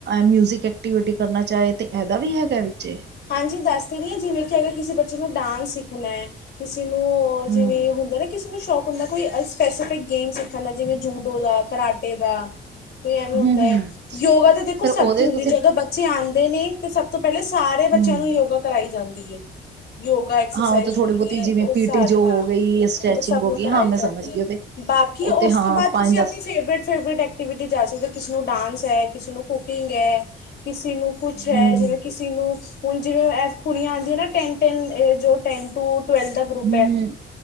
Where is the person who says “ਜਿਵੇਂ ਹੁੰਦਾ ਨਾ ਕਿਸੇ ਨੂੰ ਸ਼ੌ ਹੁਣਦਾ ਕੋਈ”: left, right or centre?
Left